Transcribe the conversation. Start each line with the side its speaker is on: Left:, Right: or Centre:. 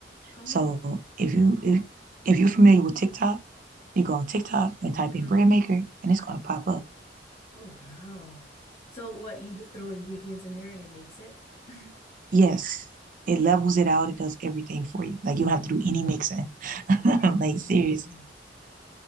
Left: Oh.
Right: So if you if if you're familiar with TikTok, you go on TikTok and type
Left: Mhm.
Right: in bread maker and it's gonna pop up.
Left: Oh, wow. So what, you just throw ingredients in there and it makes it? <laughs>
Right: Yes, it levels it out. It does everything for you. Like you don't have to do any mixing.
Left: Wow.
Right: <laughs> Like serious.